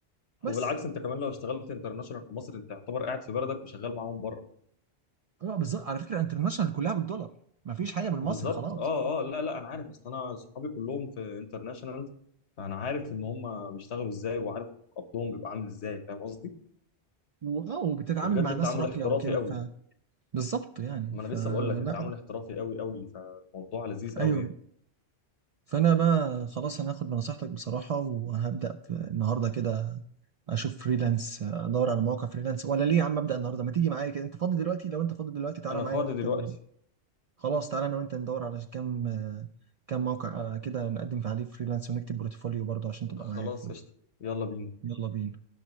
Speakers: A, on the right; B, on the left.
A: بس
B: وبالعكس انت كمان لو اشتغلت انترناشونال في مصر انت يعتبر قاعد في بلدك وشغال معاهم بره
A: اه بالظبط على فكره انترناشونال كلها بالدولار ما فيش حاجه بالمصري
B: بالظبط
A: خلاص
B: اه اه لا لا انا عارف اصل انا صحابي كلهم في انترناشونال فانا عارف ان هم بيشتغلوا ازاي وعارف قبضهم بيبقى عامل ازاي فاهم قصدي
A: واه وبتتعامل
B: وبجد
A: مع
B: التعامل
A: ناس راقيه
B: احترافي
A: وكده
B: قوي
A: فبالظبط يعني
B: ما
A: فلا
B: انا لسه بقول لك التعامل احترافي قوي قوي فالموضوع لذيذ
A: ايوه
B: قوي يعني
A: فانا بقى خلاص انا هاخد بنصيحتك بصراحه وهبدا في النهارده كده اشوف فريلانس ادور على مواقع فريلانس ولا ليه يا عم ابدا النهارده ما تيجي معايا كده انت فاضي دلوقتي لو انت فاضي دلوقتي تعالى
B: انا
A: معانا
B: فاضي
A: وانت
B: دلوقتي
A: ن- خلاص تعالى انا وانت ندور على كام كام موقع آه، كده نقدم في عليه فريلانس ونكتب بورتفوليو برضه عشان تبقى
B: خلاص
A: معايا فيه
B: قشطة يلا بينا
A: يلا بينا